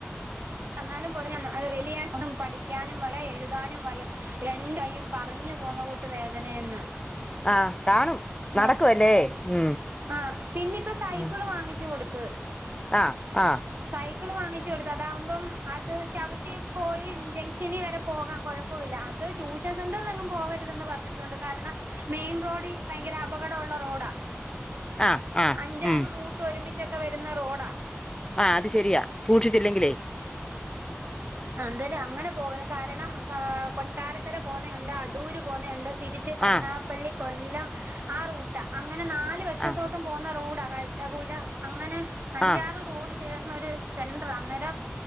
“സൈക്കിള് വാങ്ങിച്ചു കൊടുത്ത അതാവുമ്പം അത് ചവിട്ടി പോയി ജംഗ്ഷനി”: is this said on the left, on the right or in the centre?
Right